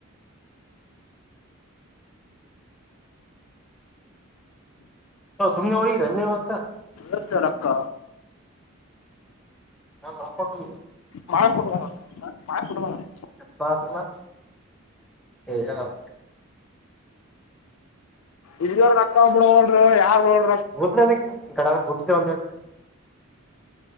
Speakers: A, in the centre; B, on the left (about 75°).
A: ಹ ಸುಮನೆ ವಿ ರನೆವತ
B: ಎಷ್ಟ ರಕ್ಕ
A: ರೋಕ್ ಕೊಡ್ಲಿ
B: ಮಾಡ ಕುಟ್ಟು ಬಂದೋ ಮಾಡ ಕುಟ್ಟು ಬಂದು
A: ಬಾಸಲ್ಲ ವ
B: ಇಲ್ಲಿ ರಕ್ಕ ಬಿಡೋರರು ಯಾರ್ ಬೋಡ
A: ಕುದ್ರೆ ಅದಕ್ಕೆ ಈ ಕಡೆದ ಕುದ್ರೆ ಒಂದು